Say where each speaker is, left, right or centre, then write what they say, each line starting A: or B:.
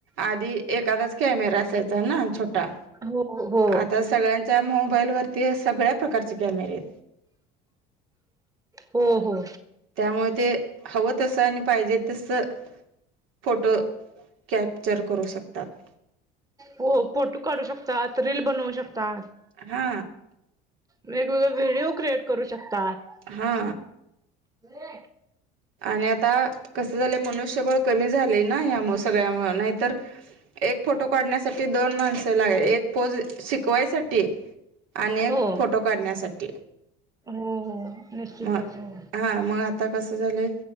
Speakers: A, on the right; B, on the right.
A: आधी एखादाच कॅमेरा असायचा ना छोटा
B: हो हो
A: आता सगळ्यांच्या मोबाईल वरती सगळ्या प्रकारचे कॅमेरे आहेत.
B: हो हो.
A: त्यामुळे ते हवं तसं आणि पाहिजे तसं फोटो कॅप्चर करू शकतात.
B: हो फोटो काढू शकतात रील बनवू शकतात.
A: हा.
B: वेगवेगळे व्हिडिओ क्रिएट करू शकतात.
A: हा.
B: हो <inaudible>
A: आणि आता कस झालय मनुष्यबळ कमी झाले ना यामु सगळ्यामुंळे नाहीतर एक फोटो काढण्यासाठी दोन माणसाला एक पोज शिकवायसाठी आणि एक
B: हो.
A: फोटो काढण्यासाठी
B: हो हो निश्चितच
A: म
B: हो
A: हा मग आता कसं झालंय